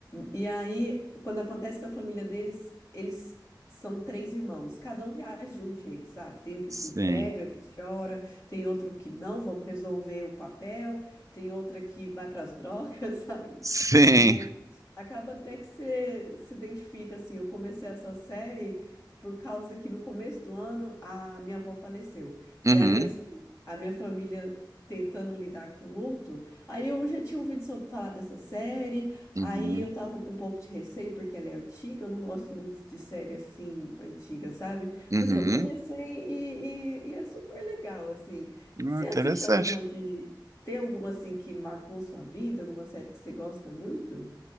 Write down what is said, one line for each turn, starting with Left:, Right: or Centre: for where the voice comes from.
Left: E aí, quando acontece com a família deles, eles são três irmãos, cada um reage de um jeito, sabe? Tem um que
Right: Sim.
Left: se entrega, que chora, tem outro que não, vamos resolver o papel, tem outra que vai para as drogas, <laughs> sabe?
Right: <laughs> Sim.
Left: Então Acaba até que você se identifica, assim, eu comecei essa série por causa que no começo do ano a minha avó faleceu. E
Right: Uhum.
Left: aí, assim, a minha família tentando lidar com o luto, aí eu já tinha ouvido sobre- falar dessa série,
Right: Uhum.
Left: aí eu tava com um pouco de receio porque ela é antiga, eu não gosto muito de série assim, antiga, sabe?
Right: Uhum.
Left: Mas eu comecei e, e- e é super legal, assim.
Right: Ah,
Left: Você
Right: interessante.
Left: assiste alguma de... Tem alguma, assim, que marcou sua vida? Alguma série que você gosta muito?